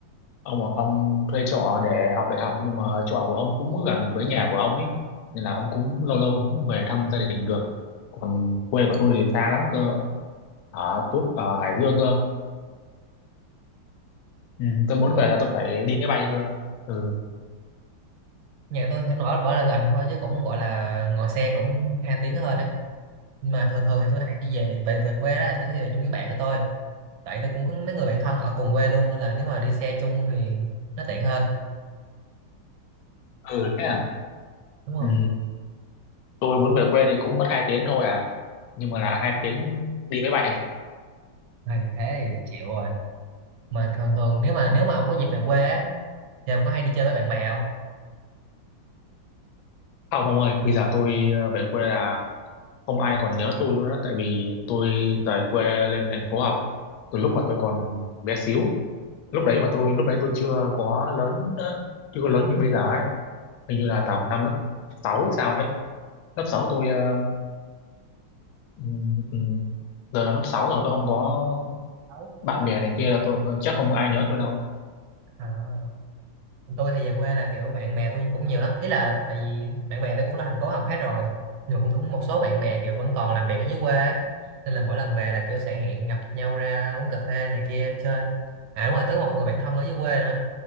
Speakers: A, on the left; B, on the right.
A: ông ông thuê chỗ ở để học đại học nhưng mà chỗ ở của ông cũng gần với nhà của ông ấy nên là ông cũng lâu lâu ông cũng về thăm gia đình được còn quê của tôi thì xa lắm cơ ở Tút ở Hải Dương cơ ừ, tôi muốn
B: kiểu
A: về là tôi phải đi máy bay cơ ừ
B: nhà tôi thì nó bảo bảo là gần thôi chứ cũng gọi là ngồi xe cũng hai tiếng hơn ấy nhưng mà thường thường thì tôi hay đi về về về quê đó là tôi sẽ về chung với bạn của tôi tại tôi cũng có mấy người bạn thân ở cùng quê luôn nên là nếu mà đi xe chung thì nó tiện hơn
A: ừ thế à
B: đúng rồi
A: ừ, tôi muốn về quê thì cũng mất hai tiếng thôi à nhưng mà là hai tiếng đi máy bay
B: này thế thì chịu rồi mà thường thường nếu mà nếu mà ông có dịp về quê á thì ông có hay đi chơi với bạn bè không
A: không ông ơi bây giờ tôi ờ, về quê là không ai còn nhớ tôi luôn á tại vì tôi rời quê lên thành phố học từ lúc mà tôi còn bé xíu lúc đấy mà tôi lúc đấy tôi chưa có lớn ờ, chưa có lớn như bây giờ ấy hình như là tầm năm lớp 6 hay sao ấy lớp 6 tôi ờ, ừm, ừm, giờ là lớp 6 rồi tôi không có
B: Đâu.
A: bạn bè này kia tôi chắc không có ai nhớ tôi đâu
B: à, tôi thì về quê là kiểu bạn bè tôi cũng nhiều lắm ý là tại vì bạn bè tôi cũng là thành phố học hết rồi nhưng mà cũng cũng một số bạn bè kiểu vẫn còn làm việc ở dưới quê ấy. nên là mỗi lần về là kiểu sẽ hẹn gặp nhau ra uống cà phê này kia chơi à đúng rồi tới một người bạn thân ở dưới quê nữa